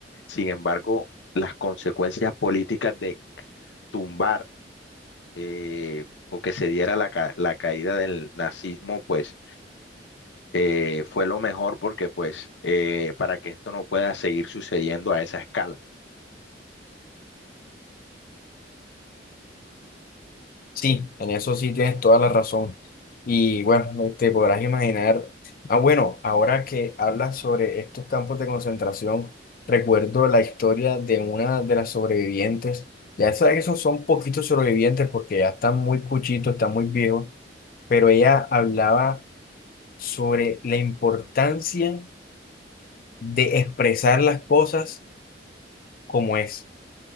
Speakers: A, on the left; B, on the left.
A: Sin embargo, las consecuencias políticas de tumbar eh, o que se diera la, ca- la caída del nazismo, pues eh, fue lo mejor porque pues eh, para que esto no pueda seguir sucediendo a esa escala.
B: Sí, en eso sí tienes toda la razón. Y bueno, te podrás imaginar. Ah, bueno, ahora que hablas sobre estos campos de concentración, recuerdo la historia de una de las sobrevivientes. Ya sabes que esos son poquitos sobrevivientes porque ya están muy cuchitos, están muy viejos, pero ella hablaba sobre la importancia de expresar las cosas como es.